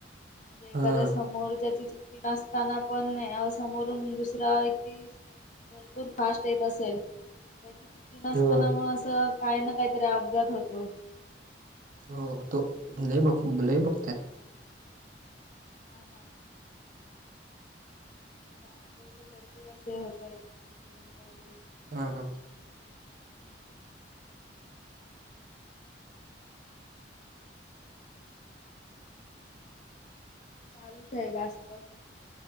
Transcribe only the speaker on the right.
हा
हो
हो हो होतो. लई बघ लई बघतोय.
हा हा.